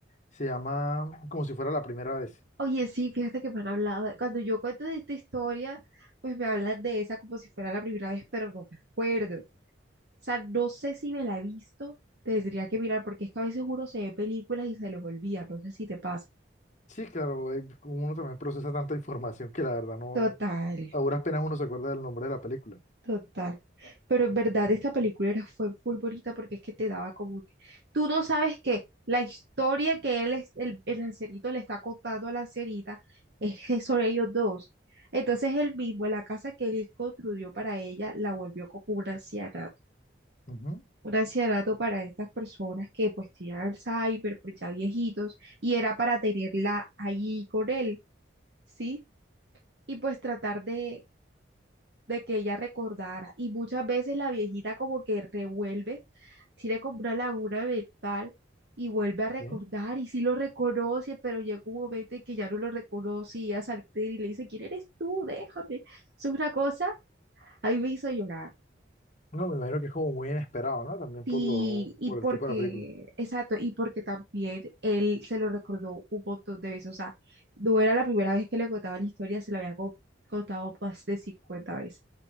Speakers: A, on the left (about 40°); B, on the right (about 60°).
A: se llama Como si fuera la primera vez.
B: Oye, sí, fíjate que me han hablado de- cuando yo cuento de esta historia, pues me hablan de esa como si fuera la primera vez, pero no me acuerdo. O sea, no sé si me la he visto, tendría que mirar, porque es que a veces uno se ve películas y se los olvida, no sé si te pasa.
A: Sí, claro, eh, uno también procesa tanta información que la verdad no,
B: Total,
A: a duras penas uno se acuerda del nombre de la película.
B: total. Pero en verdad esta película era, fue muy bonita porque es que te daba como que... Tú no sabes que la historia que él, es- el, el lancerito le está contando a la lancerita es que sobre ellos dos. Entonces él mismo, la casa que él construyó para ella, la volvió como una anciana
A: Ujú,
B: un ancianato para estas personas que pues tienen Alzheimer, pues ya viejitos, y era para tenerla ahí con él, ¿sí? Y pues tratar de, de que ella recordara. Y muchas veces la viejita como que revuelve, tiene como una laguna mental y vuelve a recordar
A: sí.
B: y sí lo reconoce, pero llega un momento en que ya no lo reconoce y ella se altera y le dice, ¿quién eres tú? Déjame. Eso es una cosa, a mí me hizo llorar.
A: No, me imagino que es como muy inesperado, ¿no? También
B: Sí,
A: por lo,
B: y
A: por
B: porque,
A: el tipo de la película.
B: exacto, y porque también él se lo recordó un montón de veces, o sea, no era la primera vez que le contaba la historia, se la había co- contado más de 50 veces,